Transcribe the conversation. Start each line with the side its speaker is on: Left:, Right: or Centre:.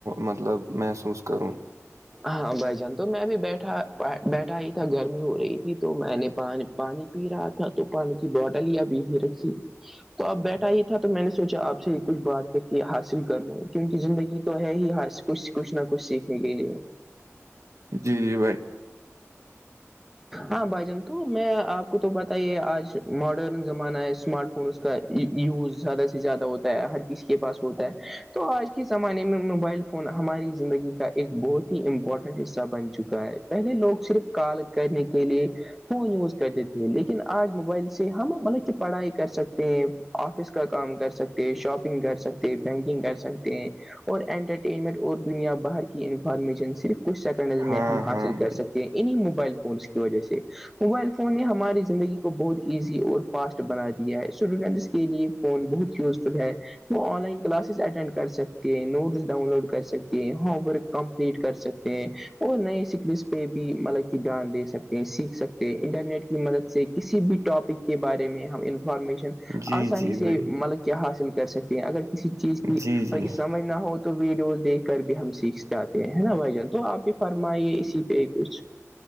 Right: مطلب محسوس کروں
Centre: ہاں بھ جان تو میں بھی بیٹھا بیٹھا ہی تھا گرمی ہو رہی تھی تو میں نے پانی پی رہا تھا تو پانی کی بوٹل ہی ابھی ہی رکھی تو اب بیٹھا ہی تھا تو میں نے سوچا آپ سے کچھ بات کر کے حاصل کر لوں کیونکہ زندگی تو ہے ہی کچھ کچھ نہ کچھ سیکھنے کے لیے
Right: جی جی بھائی
Centre: ہاں بھائی جان تو میں آپ کو تو پتاہی ہے آج ماڈرن زمانہ ہے اسمارٹ فون اس کا یوز زیادہ سے زیادہ ہوتا ہے ہر کسی کے پاس ہوتا ہے تو آج کل اج کے زمانے میں موبائل فون ہماری زندگی کا ایک بہت ہی امپورٹنٹ حصہ بن چکا ہے پہلے لوگ صرف کال کرنے کے لیے فون یوز کر دیتے ہے لیکن آج موبائل سے ہم مطلب کہ پڑھائی کر سکتے ہیں آفس کا کام کر سکتے شاپنگ کر سکتے بینکنگ کر سکتے ہیں اور انٹرٹینمنٹ اور دنیا باہر کی انفارمیشن صرف کچھ سیکنڈز
Right: ہاں
Centre: میں ہم حاصل
Right: ہاں
Centre: کر
Right: بھائی
Centre: انہی موبائل فونس کی وجہ سے موبائل فون نے ہماری زندگی کو بہت ایزی اور فاسٹ بنا دیا ہے اسٹوڈنٹس کے لیے فون بہت یوزفل ہے وہ آن لائن کلاسز اٹینڈ کر سکتے ہیں نوٹس ڈاؤن لوڈ کر سکتے ہیں ہوم ورک کمپلیٹ کر سکتے وہ نہیں س بھی مطلب کی جھیان دے سکتے ہیں سیکھ سکتے ہیں انٹرنیٹ کی مدد سے کسی بھی ٹاپک کے بارے میں ہم انفارمیشن
Right: جی
Centre: آسانی
Right: جی
Centre: سے
Right: بھائی
Centre: مطلب کیا حاصل کر سکتے ہیں اگر کسی چیز کی
Right: جی جی
Centre: جھ نہ ہو تو ویڈیوز دیکھ کر بھی ہم سیکھ جاتے ہیں نا بھائی جان تو آپ بھی فرمائیے اسی یہی کچھ